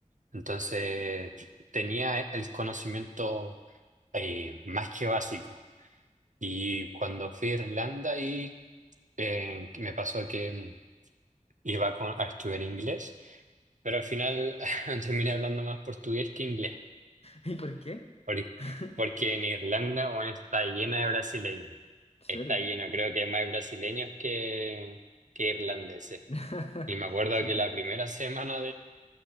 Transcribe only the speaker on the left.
¿Y por qué?
<laughs> ¿En
serio?
<laughs>
Siento
que-